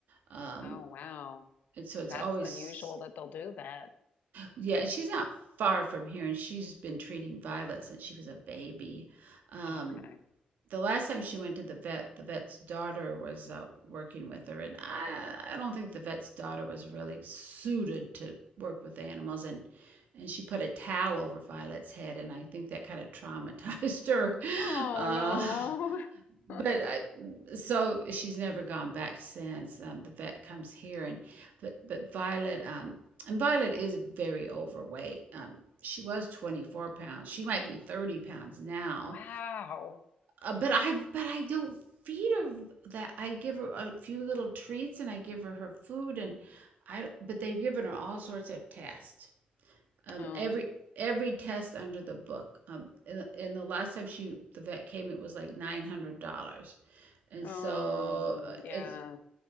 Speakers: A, on the right (about 75°); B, on the left (about 75°).
A: Um,
B: Oh, wow.
A: and so it's
B: That's
A: always
B: unusual that they'll do that.
A: yeah. and She's not far from here, and she's been treating Violet since she was a baby. Um,
B: Okay.
A: the last time she went to the vet, the vet's daughter was uh, working with her, and I I don't think the vet's daughter was really suited to work with the animals, and and she put a towel over Violet's head, and I think that kind of traumatized <laughs> her.
B: Oh
A: Uh,
B: no. <laughs>
A: but I, so she's never gone back since. Um, the vet comes here, and but but Violet um and Violet is very overweight. Um, she was 24 pounds. She might be 30 pounds now
B: Wow.
A: uh, but I but I don't feed her that. I give her a few little treats and I give her her food and I but they've given her all sorts of tests. Um,
B: Oh,
A: every every test under the book. Um, and, the- and the last time she the vet came, it was like nine hundred dollars, and
B: oh
A: so uh,
B: yeah.
A: it's